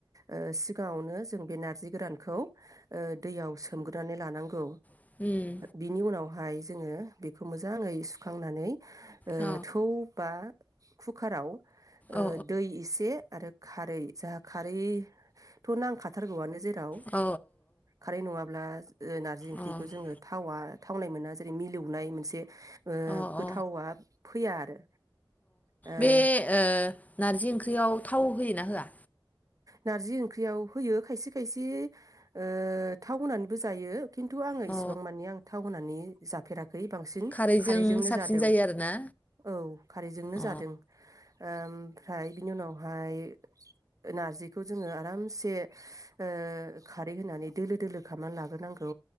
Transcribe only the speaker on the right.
ओ सिगाङावनो जों बे नारजि नारजि गोरानखौ ओ दैयाव सोमग्रोनानै लानांगौ
बिनि उनाव। हाय जोङो बेखौ मोजाङै सुखांनानै ओ
थौ बा कुकाराव ओ
दै एसे आरो खारै जोंहा खारैथ' नांखाथारगौआनो जे राव
खारै नङाब्ला ओ नारजि ओंख्रिखौ
जोङो थावा थावनाय मोना जेरै मिलौनाय मोनसे ओ
गोथावा
फैया आरो ओ
नारजि ओंख्रियाव होयो खायसे खायसे ओ थाव होनानैबो जायो। खिन्थु आङो
इसिबां मानानि आं थाव होनानै जाफेराखै खै बांसिन
खारैजोंनो
जादों
औ खारैजोंनो
जादों ओ ओमफ्राय बिनि उनावहाय नारजि बेखौ जोङो आरामसे ओ खारै होनानै दोलो दोलो खालामनानै लाग्रोनांगौ